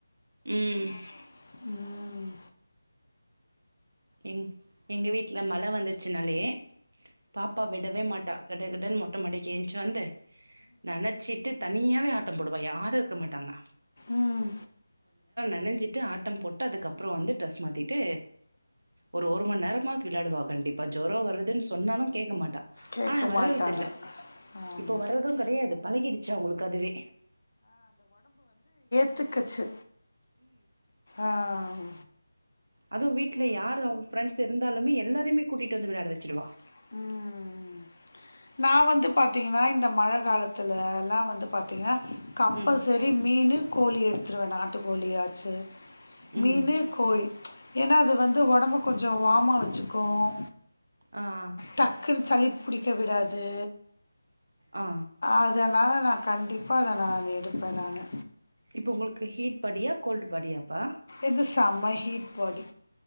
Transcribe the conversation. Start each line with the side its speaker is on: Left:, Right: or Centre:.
Right: ம்
Left: உம் உம்
Right: எங் எங்க வீட்டுல மழ வந்துச் னாலே பாப்பா விடவே மாட்டா கடகடன் மொட் மொட்ட மாடிக்கு என்ச்சு வந்து நினைச்சிட்டு தனியாவே ஆ போடுவா யாரும் இருக்க மாட்டாங்க
Left: உம்
Right: நணஞ்சிட்டு ஆட்டம் போட்டு அதுக்கப்புறம் வந்து ட்ரெஸ் மாத்திட்டு ஒரு ஒரு மணி நேரமா விளையாடுவா கண்டிப்பா ஜொரம் வருதுன்னு சொன்னாலும் கேட்க மாட்டா
Left: கேட்க
Right: ஆனா வர்றது
Left: மாட்டாங்க
Right: இல்ல
Left: ஆமாம்
Right: இப்போ வர்றதும் கிடையாது பழகிடுச்சா அவுங்களுக்கு அதுவே
Left: ஏத்துக்குச்சு ம் ஆஹ்
Right: அதுவும் வீட்ல யார்ரு ஃபிரெண்ட்ஸ் இருந்தாலுமே எல்லாருமே கூட்டிட்டு வந்து விளையாட வச்சுடுவா
Left: உம் உம் உம் நான் வந்து பாத்தீங்கன்னா இந்த மழ காலத்துல எல்லாம் வந்து பாத்தீங்கன்னா கம்பல்சரி
Right: ம்
Left: மீனு கோழி எடுத்துடுவேன் நாட்டு கோழியாச்சு
Right: ம்
Left: மீனு கோழி ஏன்னா அது வந்து ஒடம்பு கொஞ்சோ வாமா வச்சுக்கும்
Right: ஆ ஆ
Left: டக்குன்னு சளி புடிக்கும் விடாது
Right: ஆ
Left: அதனால நான் கண்டிப்பா அத நான் எடுப்பேன் நானு
Right: இப்ப உங்களுக்கு ஹீட் பாடியா கோல்டு் பாடியாப்பா
Left: இது சமஹீட் பாடி